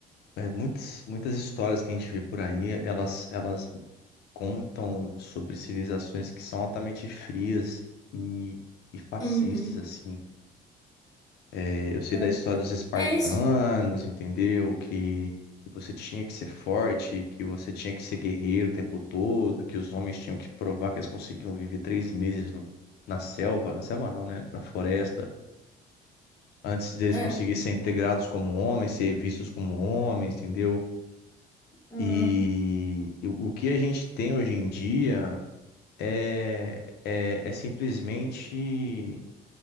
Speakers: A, on the left (about 75°); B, on the left (about 20°).
A: é, muitas, muitas histórias que a gente vê por aí, elas, elas contam sobre civilizações que são altamente frias e, e fascistas,
B: Uhum,
A: assim. É, eu sei
B: é.
A: da história dos espartanos,
B: É isso.
A: entendeu? Que, que você tinha que ser forte, que você tinha que ser guerreiro o tempo todo, que os homens tinham que provar que eles conseguiam viver três meses no- na selva, na selva não, né? Na floresta, antes deles
B: É.
A: conseguirem ser integrados como homens, ser vistos como homens, entendeu?
B: Uhum.
A: E, e o que a gente tem hoje em dia. é, é, é simplesmente